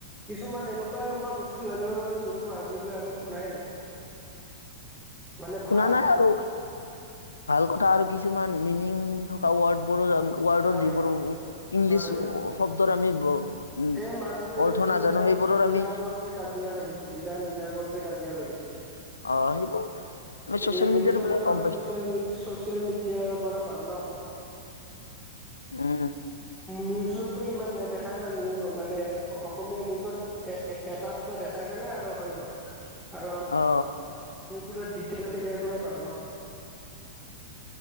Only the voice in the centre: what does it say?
কিছুমান এনেকুৱা এনেকুৱা এনেকুৱা বস্তু জানিব পাৰো যোনটো আজিলৈ আমি শুনাই নাই মানে ভাল
কথা
হয়
হয়
এই মাজতে
যে
ইৰাণ
ইৰাকৰ
যে কাজিয়া লাগিছিল ইৰাণ ইৰাকৰ যে কাজিয়া লাগিছিল
এইবিলাকো
আমি
চচিয়েল চচিয়েল মিডিয়াৰ পৰা পাওঁ ন
নিউজতো ইমান নেদেখায় না নিউ মানে অসমীয়া নিউজত এ এটা দুটা দেখাই সেইকাৰণে আৰু হৈ গ'ল আৰু
আমি কুৰা দ্বিতীয় তৃতীয়ৰ পৰাই পাওঁ ন